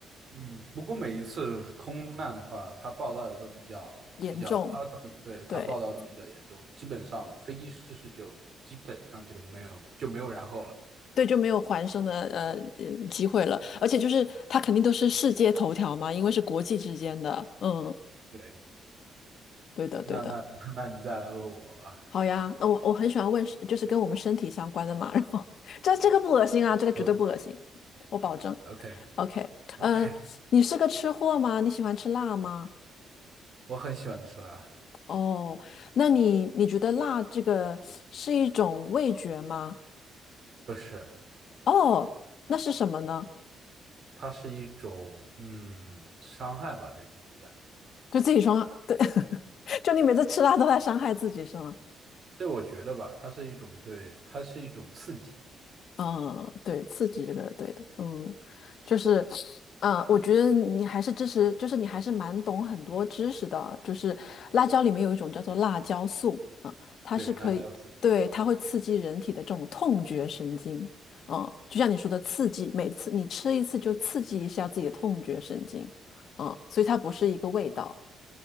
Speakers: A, on the right (about 50°); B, on the left (about 65°).
A: 嗯，不过每一次空难的话，它报道的都比较比较，
B: 严重。
A: 它对它报道都比较严重，
B: 对
A: 基本上飞机失事就基本上就没有就没有然后了。
B: 对，就没有还生的呃呃机会了，而且就是它肯定都是世界头条嘛，因为是国际之间的，嗯，
A: 对，
B: 对的对的。
A: 那那 <laughs> 那你再来问我吧。
B: 好呀，那我我很喜欢问是，就是跟我们身体相关的嘛。然后 <laughs> 这这个不恶心啊，这个绝对不恶心，
A: OK
B: 我保证。
A: OK
B: OK，
A: OK，
B: 嗯、呃你是个吃货吗？你喜欢吃辣吗？
A: 我很喜欢吃辣，
B: 哦，那你你觉得辣这个是一种味觉吗？
A: 不是，
B: 哦，那是什么呢？
A: 它是一种嗯伤害吧，对自己的。
B: 就自己说，对，<laughs> 就你每次吃辣都在伤害自己是吗？
A: 对，我觉得吧，它是一种对，它是一种刺激。
B: 嗯，对，刺激这个对的，嗯，就是，嗯，我觉得你还是支持，就是你还是蛮懂很多知识的啊，就是辣椒里面有一种叫做辣椒素，啊、它是可以，
A: 对，辣椒丝。
B: 对，它会刺激人体的这种痛觉神经，嗯，就像你说的刺激，每次你吃一次就刺激一下自己的痛觉神经，嗯，所以它不是一个味道，